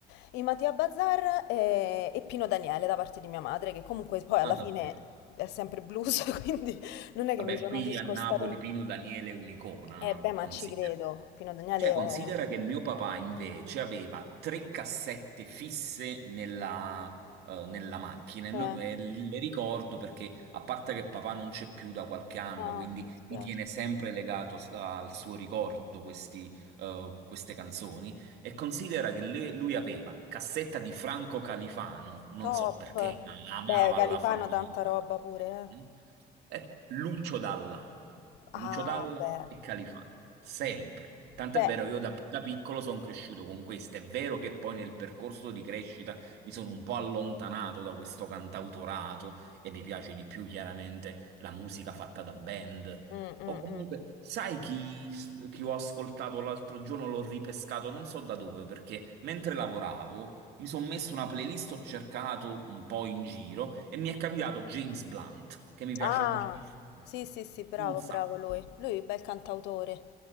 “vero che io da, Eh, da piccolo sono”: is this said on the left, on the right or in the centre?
Right